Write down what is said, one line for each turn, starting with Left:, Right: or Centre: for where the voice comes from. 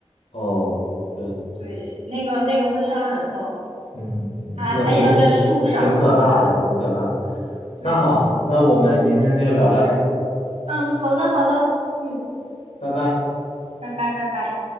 Left: 哦，对，
Right: 对，那个那个会伤人的，
Left: 嗯，
Right: 它它一般在树上。
Left: 那挺挺可怕的，挺可怕的
Right: 对，
Left: 那好，那我们今天就聊到这儿，
Right: 嗯，好的好的，嗯，
Left: 拜拜。
Right: 拜拜拜拜。